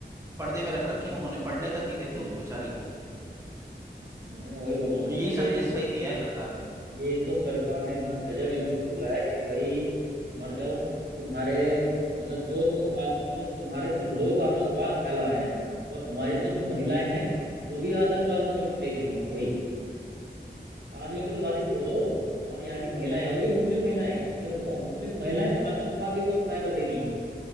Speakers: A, on the right; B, on the right.
A: पर्दे में रख रखी हैं उन्होंने पढ़ने तक नहीं देते
B: हम्म,
A: उनको बेचारी को
B: मैं वही बोल रहा हूँ
A: तो
B: सर
A: यही
B: कि
A: संदेश सही दिया है सरकार ने
B: ये तो सरकार ने इतना गजब इनको बोला है कि भाई मर जाओ तुम्हारे मतलब जो तुम आत, मतलब तुम्हारे तो लोग आतंकवाद फैला रहे हैं और हमारी तो जो महिलाएं हैं वो भी आतंकवाद को निपट ले रही हैं वही आदमियों की तो बात ही छोड़ दो हमारे यहाँ की महिलाएं और वो भी मुस्लिम महिलाएं हैं ये तो देखो मुस्लिम महिलाएं आतंकवादियों को सफाया कर दे रही हैं